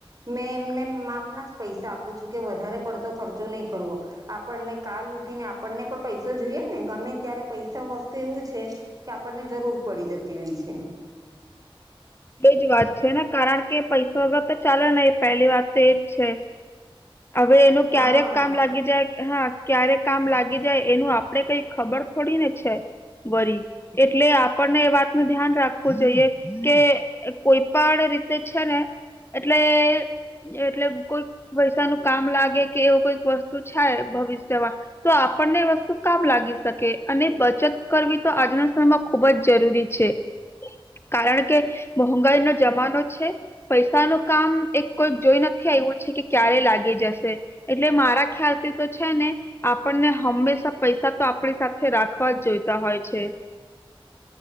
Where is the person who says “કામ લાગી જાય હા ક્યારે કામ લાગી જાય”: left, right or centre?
Left